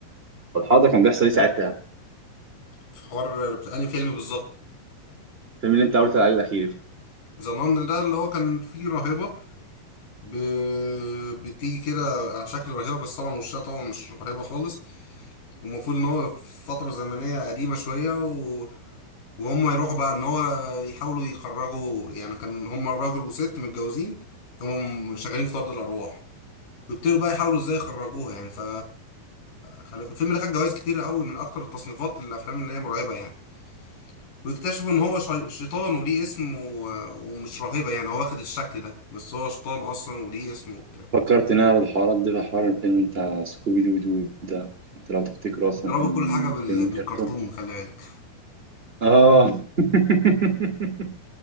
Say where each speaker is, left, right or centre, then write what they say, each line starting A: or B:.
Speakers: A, on the right; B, on the left.
A: الحوار ده كان بيحصل ايه ساعتها
B: في حوار بتاع انهي فيلم بالظبط
A: الفيلم اللي انت قلت عليه الاخير
B: زنان ده اللي هو كان فيه راهبة ب... بتيجي كده على شكل راهبة بس طبعا وشها طبعا مش راهبة خالص والمفروض ان هو في فترة زمنية قديمة شوية و... وهم يروحوا بقى ان هو يحاولوا يخرجوا يعني كان هم راجل وست متجوزين هم شغالين في طرد الارواح ويبتدوا بقى يحاولوا ازاي يخرجوها يعني ف خل- الفيلم ده خد جوائز كتير قوي من اكتر التصنيفات للافلام اللي هي مرعبة يعني ويكتشفوا ان هو شي- شيطان وليه اسم و... ومش راهبة يعني هو واخد الشكل ده بس هو شيطان اصلا وليه اسم وبتاع
A: فكرت إن أنا بالحوارات دي بحوار الفيلم بتاع سكوبي دو دو ده أنت لو تفتكره أصلا
B: انت رابط
A: كان
B: كل حاجة بال...
A: فيلم
B: بالكرتون
A: كرتون
B: خلي بالك
A: اه <laughs>